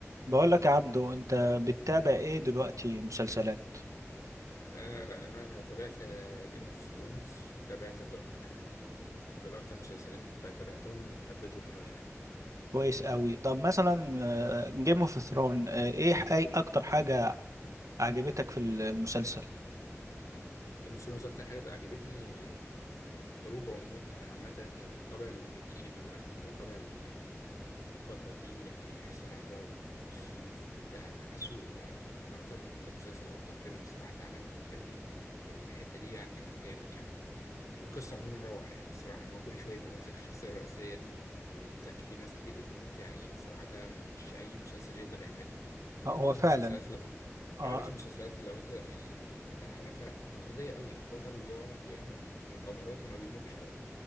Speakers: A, on the right; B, on the left.
A: بقول لك يا عبدو انت بتتابع ايه دلوقتي مسلسلات
B: آه انا تابعت جيم اوف ثرونز وتابعت دارك دول اكتر مسلسلين تابعتهم وحبيتهم قوي يعني
A: كويس قوي طب مثلا جيم اوف ثرون ايه اي اكتر حاجة عجبتك في المسلسل
B: جيم اوف ثرونز اكتر حاجه عجبتني الحروب عمو- عامه والطابع الميديف اللي عارفه انت طابع ال- الفتره دي يعني حصانه بقى وسيوف وبتاع حاسه يعني اكتر اكتر مسلسل او اكتر فيلم صراحه اتعمل في ال... في الحته دي يعني كان جامد يعني والقصة عموما روعة يعني الصراحة إن هو كل شوية يموت لك الشخصية الرئيسية دي والموتات كتير ناس كتير بتموت يعني الصراحة ده مش أي مسلسل يقدر يعملها
A: آه، هو
B: أغلبية
A: فعلا
B: المسلسلات لأ
A: اه
B: أغلبية المسلسلات لو أنت يعني تف- تعرفها تقليدية قوي البطل بيقعد يعمل مغامرات وما بيموتش أبدا